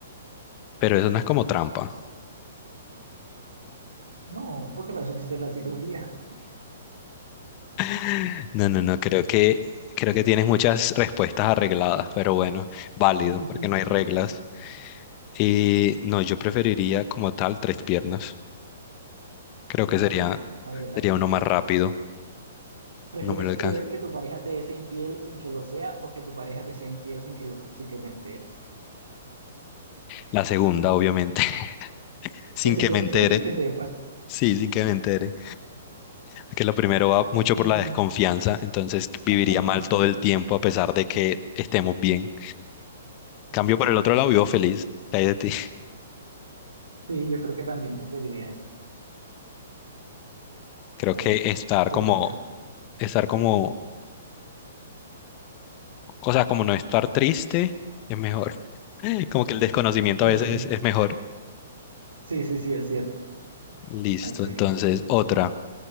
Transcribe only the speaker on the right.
No, porque para eso existe la cirugía.
<laughs>
Ok,
a ver,
a ver.
¿Prefieres
creer que tu pareja te es infiel sin que lo sea o que tu pareja te sea infiel sin que lo, sin que te enteres?
Que te
sea
infiel
sin que sepas.
Mm,
<laughs>
Sí,
es
cierto.
Sí, yo creo que también preferiría eso.
A
ver, a
ver, te
toca.
Pues
sí,
sí, sí, sí, es cierto.
I agree.